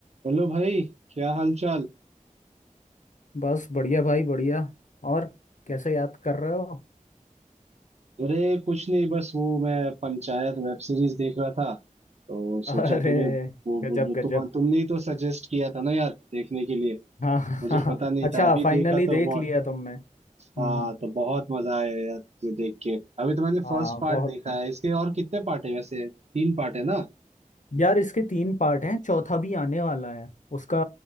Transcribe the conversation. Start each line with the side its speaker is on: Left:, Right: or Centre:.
Right: Hello भाई क्या हाल चाल
Left: बस बढ़िया भाई बढ़िया और कैसे याद कर रहे हो
Right: अरे कुछ नहीं बस वो मैं पंचायत वेब सीरीज देख रहा था तो
Left: <laughs> अरे
Right: सोचा तुम्हें वो
Left: गजब
Right: वो-
Left: गजब
Right: तुम तुमने ही तो सजेस्ट किया था ना यार देखने के लिए
Left: हाँ हाँ
Right: मुझे
Left: हाँ, हाँ।
Right: पता नहीं
Left: अच्छा
Right: था अभी
Left: फाइनली
Right: देखा
Left: देख
Right: तो बहुत
Left: लिया तुमने हम्म
Right: हाँ
Left: हम्म।
Right: तो बहुत मजा आया यार ये देख के अभी तो मैंने
Left: हाँ
Right: फर्स्ट पार्ट
Left: बहुत
Right: देखा है इसके और कितने पार्ट है वैसे तीन पार्ट है ना
Left: यार इसके तीन पार्ट हैं चौथा भी आने वाला है उसका